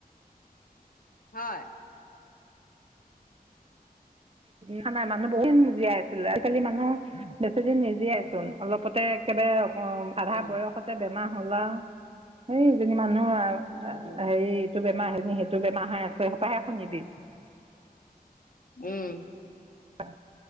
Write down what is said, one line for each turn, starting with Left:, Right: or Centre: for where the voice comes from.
Left: হয়।
Right: খানা মানুহ বহুত জীয়াই আছিলে। আজিকালি মানুহ বেছি দিন নিজিয়েচোন অলপতে একবাৰে অ' আধা
Left: উম
Right: বয়সতে। হলা সেইজনী মানুহ
Left: উম
Right: হেৰি এইটো বে <inaudible>
Left: উম
Right: অ'